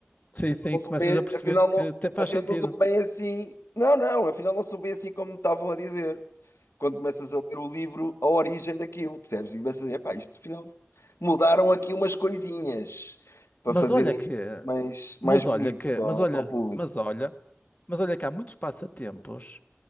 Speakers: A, on the left (about 75°); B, on the left (about 35°).
A: afinal
B: Sim, sim,
A: não
B: começas
A: são bem,
B: a perceber
A: afinal não,
B: que até faz
A: afinal
B: sentido.
A: não são bem assim. Não, não, afinal não são bem assim como me estavam a dizer quando começas a ler o livro, a origem daquilo, percebes? E começas a ver, pá, isto afinal mudaram aqui umas coisinhas para
B: Mas
A: fazerem
B: olha que,
A: isto assim mais,
B: mas
A: mais bonito
B: olha que,
A: para,
B: mas olha,
A: o- para o público.
B: mas olha, mas olha que há muitos passatempos